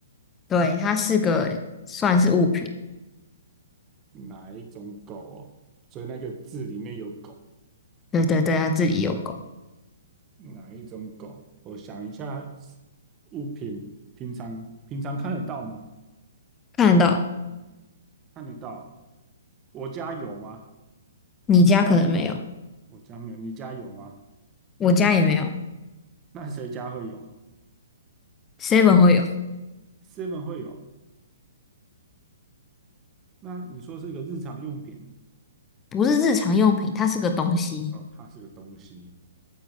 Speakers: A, on the left; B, on the right.
A: 对，它是个算是物品。
B: 哪一种狗哦？所以那个字里面有狗，
A: 对对对，它自己有狗，
B: 哪一种狗？我想一下，物品平常平常看得到吗？
A: 看得到。
B: 看得到。我家有吗？
A: 你家可能没有，
B: 我家没有，你家有吗？
A: 我家也没有
B: 那谁家会有
A: ，Seven 会有，
B: ？seven 会有。那你说是一个日常用品，
A: 不是日常用品，它是个东西。
B: 哦，它是个东西，